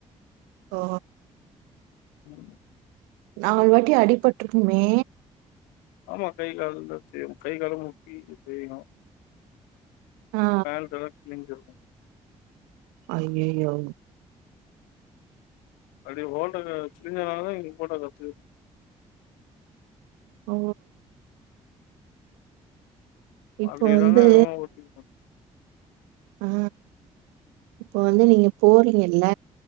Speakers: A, on the right; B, on the left.
A: ஓ
B: ம்
A: நால் வாட்டி அடிபட்ருக்குமே
B: ஆமா கை கால்லா தே கை காலு முட்டி தேய்யு
A: ஆ
B: பேண்ட்டெல்லா கிழிஞ்சிருக்
A: அய்யய்யோ
B: அப்டி <unintelligible> கிழிஞ்சனாலதா இன்க்கி ஓட்ட கத்துக்
A: ஓ இப்போ
B: அப்டியே
A: வந்து
B: தாங்க எல்லா ஓட்டிர்க்கோ
A: ஆ இப்போ வந்து நீங்க போறீங்கல்ல